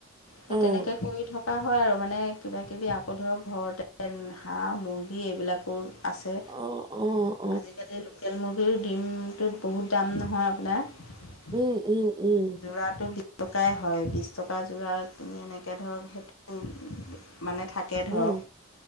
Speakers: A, on the left; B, on the right.
A: সেই
B: অ',
A: তেনেকে কৰি থকা হয় আৰু মানে কিবাকিবি আকৌ ধৰক ঘৰতে হাঁহ মুৰ্গী এইবিলাকো আছে।
B: অঁ, অহ।
A: আজিকালি লোকেল মুৰ্গীৰ ডিমটোত বহুত দাম নহয় আপোনাৰ।
B: উম, উম, উম।
A: যোৰাটো বিছ টকাই হয়। বিছ টকা যোৰা কিনি এনেকে ধৰক সেইটো উম মানে থাকে ধৰক।
B: উম,